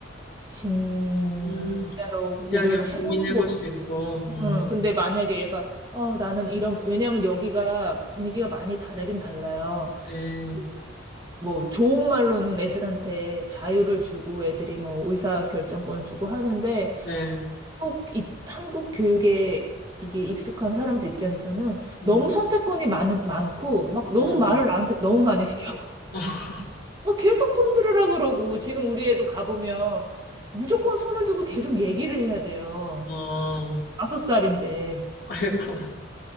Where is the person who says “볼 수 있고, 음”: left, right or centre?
Left